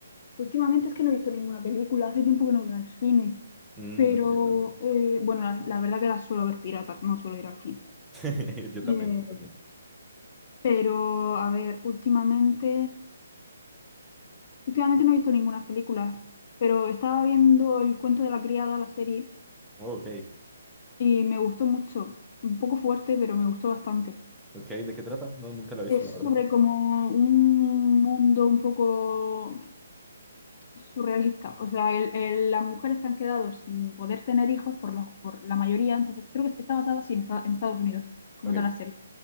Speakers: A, on the left; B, in the centre.
A: Últimamente es que no he visto ninguna película, hace tiempo que no voy al cine.
B: Mm,
A: Pero,
B: entiendo.
A: eh, bueno, la, la verdad que ahora suelo ver piratas, no suelo ir al cine.
B: <laughs> Yo
A: Eh,
B: también, yo también.
A: Pero, a ver, últimamente, últimamente no he visto ninguna película, pero estaba viendo El cuento de la criada, la serie,
B: Oh, ok.
A: y me gustó mucho. Un poco fuerte, pero me gustó bastante.
B: Ok, ¿de qué trata? No, nunca la he visto,
A: Es
B: la verdad.
A: sobre como un mundo un poco surrealista. O sea, el- el- las mujeres se han quedado sin poder tener hijos por, los- por la mayoría, entonces creo que está basada sí, en, Esta- en Estados Unidos, como
B: Ok,
A: toda la serie.